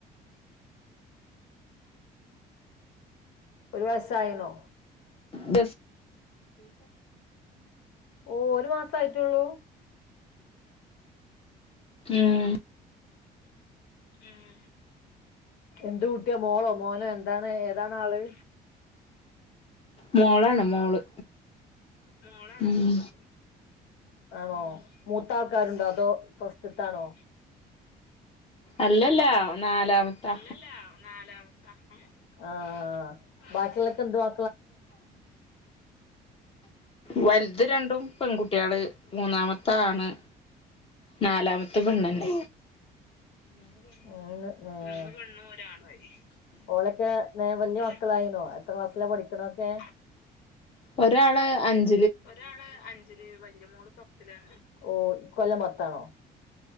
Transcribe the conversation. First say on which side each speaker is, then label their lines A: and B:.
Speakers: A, on the left; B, on the left.
A: ഒരു വയസായിനോ
B: ബസ്
A: ഓ ഒരു മാസം ആയിട്ടുള്ളൂ
B: ഉം
A: ഉം എന്ത് കൂട്ടിയാ മോളോ മോനോ എന്താണ് ഏതാണ് ആള്
B: മോളാണ് മോള്
A: മോളാണ്
B: ഉം
A: മോള് ആണോ മൂത്ത ആൾക്കാരുണ്ടോ അതോ ഫസ്സ്റ്റത്താണോ
B: അല്ലല്ല നാലാമത്താ
A: അല്ലല്ല നാലാമത്തെ ആബാക്കി ഉളൊക്കെ എന്തുവാ
B: വലുത് രണ്ടും പെൺകുട്ടികള് മൂന്നാമത്ത ആണ് നാലാമത്തെ പെണ്ണ്
A: മൂന്ന് പെണ്ണും ഒരു ആണും ഓളൊക്കെ വലിയ മക്കള് യിനോ എത്ര ക്ലാസ്സിലാ പഠിക്കണൊക്കെ
B: ഒരാള് അഞ്ച്
A: ഒരാള് അഞ്ചില് വലിയ മോള് പത്തിൽ ഓ ഈ കൊല്ലം പത്താണോ